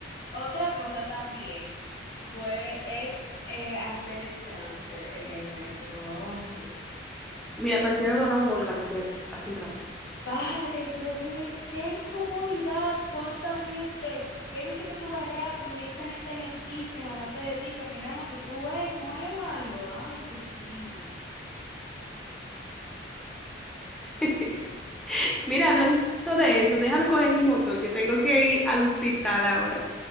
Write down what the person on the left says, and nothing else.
Otra cosa también fue, es eh, hacer el transfer en el metro. Ay, Dios.
Padre, pero qué, qué incomodidad, cuánta gente. Y hay veces que tú vas rápido y esa gente lentísima delante de ti caminando y tú, ey, muévalo. Ay, Dios mío.